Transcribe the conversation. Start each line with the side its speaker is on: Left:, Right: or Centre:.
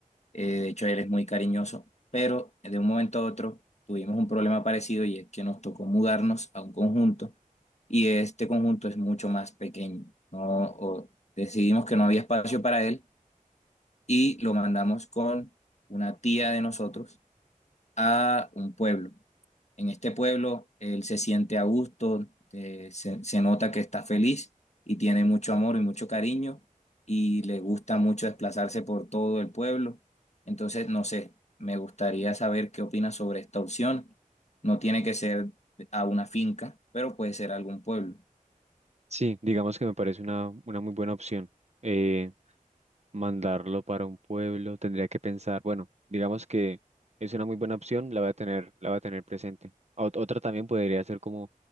Left: Eh, de hecho, él es muy cariñoso, pero de un momento a otro tuvimos un problema parecido y es que nos tocó mudarnos a un conjunto y este conjunto es mucho más pequeño. No, O decidimos que no había espacio para él y lo mandamos con una tía de nosotros a un pueblo. En este pueblo él se siente a gusto, eh, se, se nota que está feliz y tiene mucho amor y mucho cariño y le gusta mucho desplazarse por todo el pueblo. Entonces, no sé, me gustaría saber qué opinas sobre esta opción. No tiene que ser a una finca, pero puede ser algún pueblo.
Right: Sí, digamos que me parece una, una muy buena opción. Eh, mandarlo para un pueblo, tendría que pensar, bueno, digamos que es una muy buena opción, la voy a tener, la voy a tener presente. Ot- otra también podría ser como